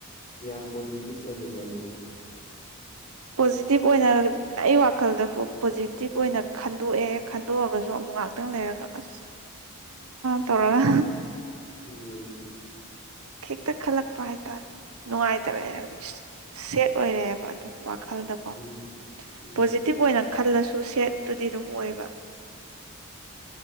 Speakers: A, on the left (about 30°); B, on the right (about 70°).
A: ꯌꯥꯝ ꯌꯥꯝ ꯄꯣꯖꯤꯇꯤꯚ ꯑꯣꯏꯅ ꯂꯩꯉꯕ
B: ꯄꯣꯖꯤꯇꯤꯚ ꯑꯣꯏꯅ ꯑꯩ ꯋꯥꯈꯜꯗ ꯄꯣꯖꯤꯇꯤꯚ ꯑꯣꯏꯅ ꯈꯟꯗꯣꯛꯑꯦ ꯈꯟꯗꯣꯛꯑꯒꯁꯨ ꯑꯃ ꯉꯥꯛꯇꯪ ꯂꯩꯔꯒ ꯑꯁ ꯇꯧꯔꯒ
A: ꯎꯝ
B: ꯍꯦꯛꯇ ꯈꯜꯂꯛꯄ ꯍꯥꯏꯇꯥꯔꯦ ꯅꯨꯡꯉꯥꯏꯇꯕꯦ ꯍꯥꯏꯕꯅꯤ ꯁꯦꯠ ꯑꯣꯏꯔꯛꯑꯦꯕ ꯑꯗꯨꯝ ꯈꯜꯗꯀꯣ
A: ꯎꯝ ꯎꯝ
B: ꯄꯣꯖꯤꯇꯤꯚ ꯑꯣꯏꯅ ꯈꯜꯂꯁꯨ ꯁꯦꯠꯇꯨꯗꯤ ꯑꯗꯨꯝ ꯑꯣꯏꯕ